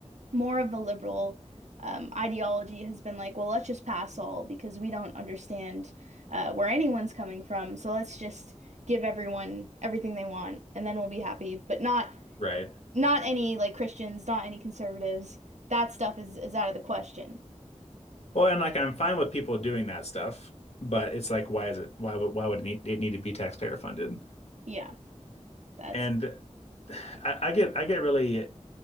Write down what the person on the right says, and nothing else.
more of the liberal um, ideology has been like, well, let's just pass all because we don't understand uh, where anyone's coming from, so let's just give everyone everything they want, and then we'll be happy. But not
not any like Christians, not any conservatives. That stuff is is out of the question.
Yeah, that's